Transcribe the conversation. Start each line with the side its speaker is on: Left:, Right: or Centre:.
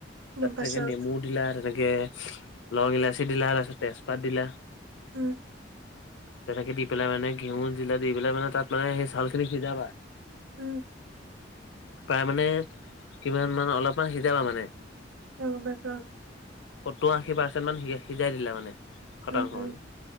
Left: তাত
Right: গম পাইছোঁ।
Left: তেনেকে নেমুত দিলা তেনেকে লং ইলাচি দিলা তাৰপিছত তেজপাত দিলা।
Right: উম,
Left: তেনেকি দি পেলাই মানে ঘেঁু জিলা দি পেলাই মানে তাত মানে সেই ছালখিন সিজাবা
Right: উম।
Left: প্ৰায় মানে কিমান মান অলপমান সিজাবা মানে।
Right: অ' গম পাইছো অঁ।
Left: সত্তৰ আশী পাৰ্চেণ্ট মান সিজ সিজাই দিলে মানে শতাংশ
Right: উম, উম,
Left: মানে